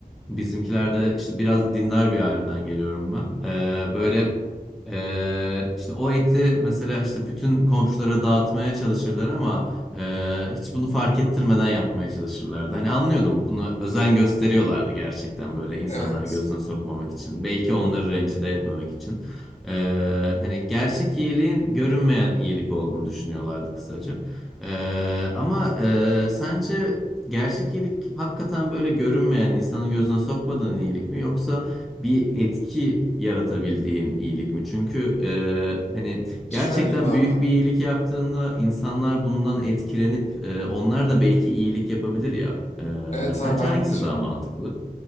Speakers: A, in the centre; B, on the left.
A: Bizimkilerde işte biraz dindar bir aileden geliyorum ben. Ee, böyle e, işte o eti mesela işte bütün komşulara dağıtmaya çalışırlar ama e, hiç bunu fark ettirmeden yapmaya çalışırlardı. Hani anlıyordum bunu özen gösteriyorlardı gerçekten böyle insanların
B: Evet.
A: gözüne sokmamak için. Belki onları rencide etmemek için. Ee, hani gerçek iyiliğin görünmeyen iyilik olduğunu düşünüyorlardı kısaca. Ee, ama e, sence Gerçek iyilik hakikaten böyle görünmeyen, insanın gözüne sokmadığın iyilik mi yoksa bir etki yaratabildiğin iyilik mi? Çünkü e, hani
B: Şöyle
A: gerçekten
B: diyeyim abi.
A: büyük bir iyilik yaptığında insanlar bundan etkilenip e, onlar da belki iyilik yapabilir ya.
B: Evet
A: E, sence
B: abi ben
A: hangisi
B: de diyecektim.
A: daha mantıklı?